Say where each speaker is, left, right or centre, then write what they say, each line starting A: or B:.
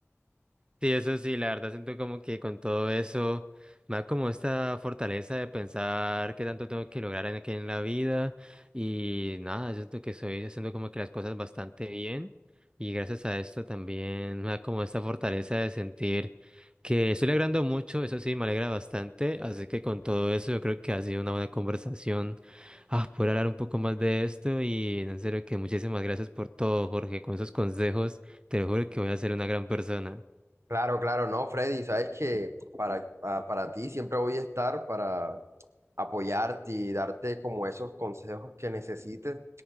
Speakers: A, on the right (about 20°); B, on the right (about 70°).
A: Sí, eso sí, la verdad siento como que con todo eso me da como esta fortaleza de pensar qué tanto tengo que lograr en aquí en la vida y nada, yo siento que estoy haciendo como que las cosas bastante bien y gracias a esto también me da como esta fortaleza de sentir que estoy logrando mucho, eso sí, me alegra bastante, así que con todo eso yo creo que ha sido una buena conversación, ah, poder hablar un poco más de esto y en serio que muchísimas gracias por todo, Jorge, con esos consejos, te lo juro que voy a ser una gran persona.
B: Claro, claro, no, Freddy, sabes que para, pa- para ti siempre voy a estar para apoyarte y darte como esos consejos que necesites.